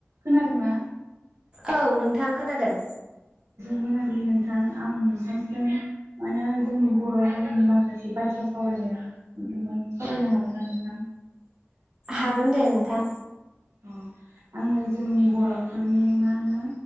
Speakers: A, on the right (about 85°); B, on the right (about 20°).
A: खोनादोंना
B: औ नोंथां खोनादों
A: मोनाबिलि नोंथां आं नोंथांजों माने जोंनि बर' हारिनि माखासे बाथ्रा साव <unintelligible> सावरायनो हागोन ना नोंथां
B: हागोन दे नोंथां।
A: अ आङो जोंनि बर'फोरनि मा होनो